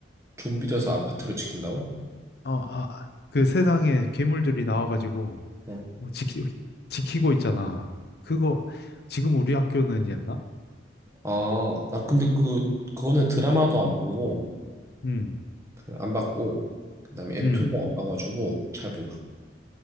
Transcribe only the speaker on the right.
좀비 돼서 아파트를 지킨다고?
어.
아, 나 근데 그, 그거는 드라마도 안 보고,
그안 봤고, 그 다음에 앱툰도
안 봐가지고, 잘 몰라.